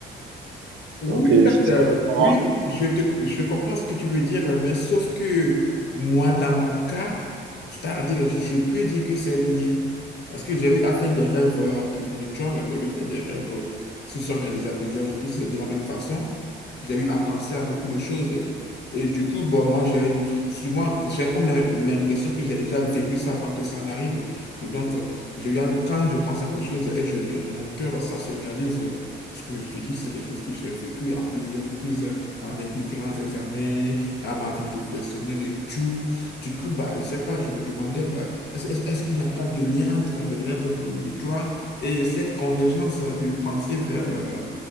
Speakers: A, on the left (about 60°); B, on the right (about 85°).
A: Oui,
B: Donc, euh,
A: en
B: c'est
A: fait,
B: ce
A: euh,
B: que je pense.
A: oui, je te- je comprends ce que tu veux dire, mais sauf que moi, dans mon cas, c'est-à-dire, je peux dire que c'est lié. Parce que j'ai eu à faire des rêves euh, prémonitoires, j'ai eu à faire des rêves euh, qui se sont réalisés à plusieurs reprises de la même façon. J'ai eu à penser à beaucoup de choses. Et du coup, bon, moi, j'ai souvent, j'ai comme l'im- l'impression que j'ai déjà vécu ça avant que ça n'arrive. Et donc, euh, j'ai eu à- quand je pense à quelque chose et je donne mon cœur, ça se réalise. Ce que je te dis, c'est quelque chose que j'ai vécu à plusieurs reprises euh, à mes différents examens, à ma vie professionnelle et tout. Du coup, bah, je sais pas, je me demandais, bah, est-ce, est-ce- est-ce qu'il n'y a pas de lien entre le rêve prémonitoire et cette convergence euh, de pensée vers, euh,